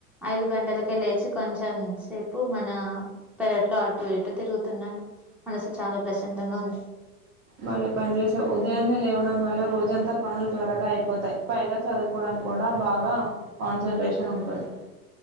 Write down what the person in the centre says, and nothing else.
ఐదు గంటలకే లేచి కొంచెం సేపు మన పెరట్లో అటు ఇటు తిరుగుతున్నాను మనసు చాలా ప్రశాంతంగా ఉంది